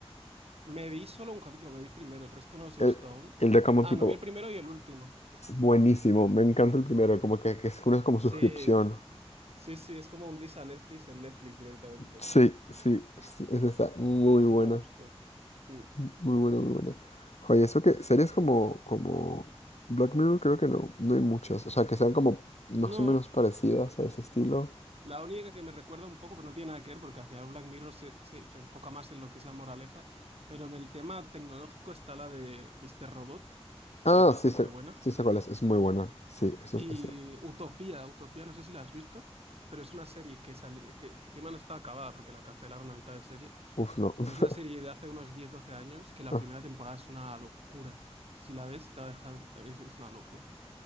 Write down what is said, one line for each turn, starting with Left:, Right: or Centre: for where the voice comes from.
Right: Me vi solo un capítulo, me vi el primero, el resto no los he
Left: El,
Right: visto aún.
Left: el de Common
Right: Ah,
Left: People.
Right: no, vi el primero y el último.
Left: Es buenísimo, me encanta el primero, como que, que es una como
Right: Sí,
Left: suscripción.
Right: sí, sí, es como un diss a Netflix en Netflix directamente.
Left: Sí, sí, es- esa está muy
Right: Eso
Left: buena,
Right: me gustó. Mm.
Left: muy buena, muy buena. Oye, eso que series como, como Black Mirror creo que no, no hay muchas, o sea, que sean como más
Right: No,
Left: o menos parecidas a ese estilo.
Right: la única que me recuerda un poco, pero no tiene nada que ver, porque al final Black Mirror se, se, se enfoca más en lo que es la moraleja, pero en el tema tecnológico está la de Mr. Robot,
Left: Ah,
Right: que es bastante
Left: sí, sé,
Right: buena.
Left: sí sé cuál es, es muy buena, sí, eso,
Right: Y
Left: eso,
Right: Utopía, Utopía, no sé si la has visto, pero es una serie que salió, que encima no está acabada porque la cancelaron a mitad de serie
Left: uf, no. <laughs>
Right: Pero es una serie de hace unos diez doce años que la
Left: Ah,
Right: primera temporada es una locura. Si la ves, te va a dejar, también es es una locura.